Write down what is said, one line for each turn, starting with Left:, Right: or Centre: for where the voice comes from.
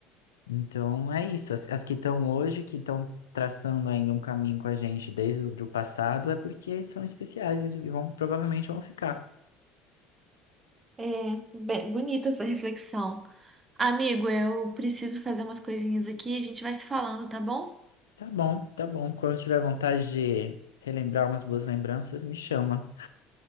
Left: Então é isso. As, as que estão hoje, que estão traçando ainda um caminho com a gente desde o do passado, é porque são especiais e vão, provavelmente vão ficar.
Right: É, be- bonita essa reflexão. Amigo, eu preciso fazer umas coisinhas aqui, a gente vai se falando, tá bom?
Left: Tá bom, tá bom. Quando tiver vontade de relembrar umas boas lembranças, me chama